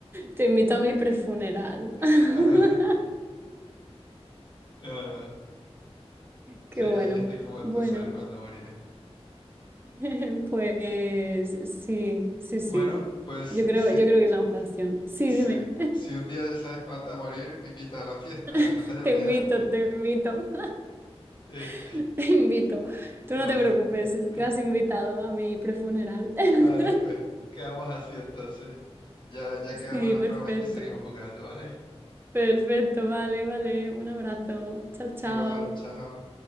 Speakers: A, on the right; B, on the left.
A: Te invito a mi prefuneral. <laughs>
B: Claro. No, no.
A: Qué
B: Sí,
A: bueno.
B: ahí estoy como
A: Bueno,
B: tú, saber cuándo moriré.
A: <laughs> pues sí, sí, sí.
B: Bueno, pues
A: Yo creo,
B: sí,
A: yo creo que es la mejor opción. Sí,
B: Sí.
A: dime.
B: Si un día sabes cuándo te vas a morir, me invitas a la fiesta, ¿eh?
A: <laughs>
B: No te vayas
A: Te
B: a olvidar.
A: invito, te invito,
B: Sí,
A: <laughs> te invito. Tú
B: vale.
A: no te preocupes, es
B: <laughs>
A: que has invitado a mi prefuneral. <laughs>
B: Vale, pues. Quedamos así entonces. Ya, ya
A: Sí,
B: quedamos en otro
A: perfecto.
B: momento y seguimos jugando, ¿vale?
A: Perfecto, vale, vale. Un abrazo. Chao, chao.
B: Igual, chao.